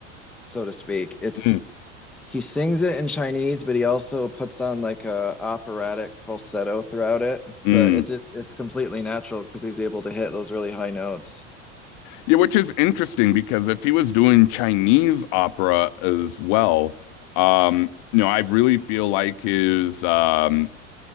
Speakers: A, in the centre; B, on the left.
A: so to speak. It's
B: Mm,
A: he sings it in Chinese, but he also puts on like a operatic falsetto throughout it.
B: mm.
A: But it just it's completely natural because he's able to hit those really high notes.
B: Yeah, which is interesting because if he was doing Chinese opera as well, um, you know, I really feel like his um